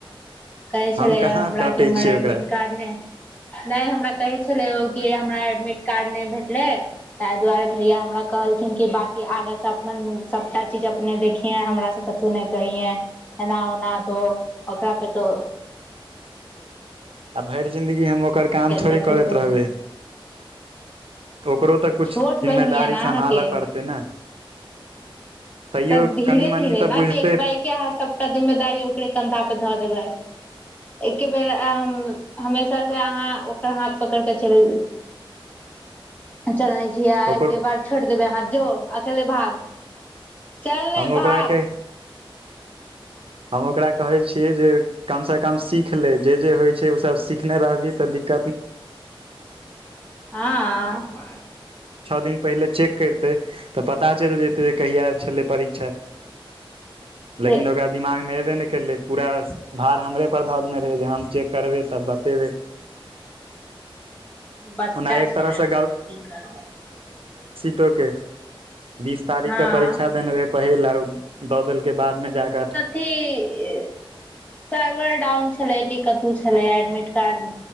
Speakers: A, on the left (about 15°); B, on the right (about 80°).
A: कहे छले
B: हम कहाँ
A: हमरा
B: डाँटै
A: कि हमर
B: छियै
A: एडमिट
B: ओकरा
A: कार्ड ने नहि हमरा कहे छलै ओ हमरा एडमिट कार्ड नहि भेटले ताहि दुआरे भैया हमरा कहलखिन कि बकी आगे से अप सबटा चीज अपने देखिये हमरा से कथौ नहि कहिए एना ओना तो ओकरापे तऽ
B: आ भरि जिन्दगी हम ओकर काम थोड़े
A: तखे
B: करैत
A: से
B: रहबै ओकरो तऽ कुछ
A: छोट
B: जिम्मेदारी
A: बहिन य ने अहाँके
B: सम्भालऽ पड़तै ने तैयो
A: तऽ धीरे
B: कनि मनि
A: धीरे
B: तऽ
A: ने
B: बुझतै
A: कि एक बायके अहाँ सबटा जिम्मेदारी ओकरे कन्धा पे धऽ देबै एके बेर हमेशा से अहाँ ओकर हाथ पकड़ क चलि चलने छियै आ
B: ओकर
A: एकके बार छोड़ि देबै अहाँ जो अकेले भाग चल नहि
B: हम
A: भाग
B: ओकरा के हम ओकरा कहैत छियै जे कमसे कम सीख ले जे जे होइत छै ओसब सिखने रहबिही तऽ दिक्
A: हँ
B: <unintelligible> पहिले चेक करतै तऽ पता चलि जेतै जे कहिय छलै परीक्षा
A: से
B: लेकिन ओकरा दिमाग मे एबे नहि कलै पूरा भार हमरे पर धऽ देने रहै जे हम चेक करबै तब बतेबै
A: <inaudible> बच्चा
B: ओना एक
A: छै
B: तरहसँ
A: ने की करौ
B: के बीस तारीख
A: हँ
B: के परीक्षा देने रहे पहिल आ दऽ देलक बाद मे जाक
A: की सर्वर डाउन छै लै कतहु छलै एडमिट कार्ड